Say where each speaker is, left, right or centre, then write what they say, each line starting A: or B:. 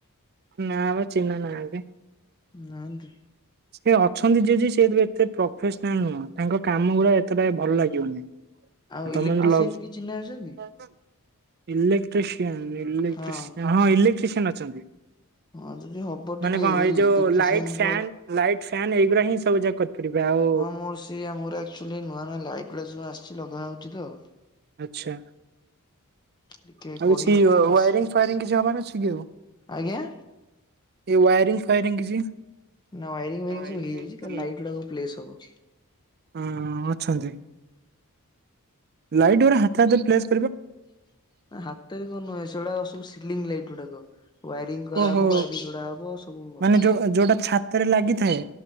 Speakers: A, on the right; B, on the left.
A: ନା ପା, ଚିହ୍ନା ନାହାଁନ୍ତି।
B: ନାହାଁନ୍ତି?
A: ସେ ଅଛନ୍ତି ଯିଏ ଯିଏ, ସିଏ ଏତେ ପ୍ରଫେସନାଲ ନୁହଁ, ତାଙ୍କ କାମ ଗୁଡ଼ା ଏତେ ଟା ବି ଭଲ ଲାଗିବନି।
B: <unintelligible>
A: <unintelligible>
B: ଇଲେକ୍ଟ୍ରିସିଆନ କିଏ ଚିହ୍ନା ଅଛନ୍ତି?
A: ଇଲେଟ୍ରିସିଆନ୍, ଇଲେଟ୍ରିସିଆନ୍।
B: ହଁ
A: ହଁ, ଇଲେକ୍ଟ୍ରିସିଆନ୍ ଅଛନ୍ତି।
B: ହଁ ଯଦି ହବ
A: ମାନେ
B: ଟିକେ,
A: କଣ
B: ଏଇ
A: ଯୋଉ
B: ଇଲେକ୍ଟ୍ରିସିଆନଙ୍କ
A: ଲାଇଟ୍ ଫ୍ୟାନ୍ ଲାଇଟ୍ ଫ୍ୟାନ୍ ଏଇ ଗୁଡ଼ା ହିଁ ସବୁ ଯାକ କରି କରିବେ ଆଉ
B: ହଁ ମୋର ସେ, ମୋର ଆକ୍ଚୁଆଲି ନୂଆ ନୂଆ ଲାଇଟ୍ ଗୁଡ଼ାକ ଆସିଛି ଲଗାହେଉଛି ତ
A: ଆଛା।
B: ଟିକେ
A: ଆଉ
B: କହିବେ
A: କିଛି ୱାଇରିଂ
B: ଆସିବେ
A: ଫାଇରିଂ କିଛି ହବାର ଅଛି କି ଆଉ?
B: ଆଜ୍ଞା
A: ଏଇ ୱାଇରିଂ ଫାଇରିଂ କିଛି
B: ନା ୱାରିଙ୍ଗ ଫାରିଙ୍ଗ
A: ହଁ
B: ସବୁ ହେଇଯାଇଚି, ଖାଲି ଲାଇଟ୍ ଗୁଡ଼ାକ ପ୍ଲେସ୍ ହବ।
A: ଅ ଅଛନ୍ତି, ଲାଇଟ୍ ଗୁଡ଼ା ହାତେ ହାତେ ପ୍ଲେସ
B: ହାତରେ କରିନୁ, ସେଗୁଡ଼ାକ ସବୁ ସିଲିଂ ଲାଇଟ୍ ଗୁଡ଼ାକ। ୱାଇାରିଂ କରାହେବ,
A: ଓହୋ
B: ୱାଇାରଂ ଯୋଡ଼ା ହବ, ସବୁ ଅଛି
A: ମାନେ ଯୋଉ ଯୋଉଟା ଛାତରେ ଲାଗିଥାଏ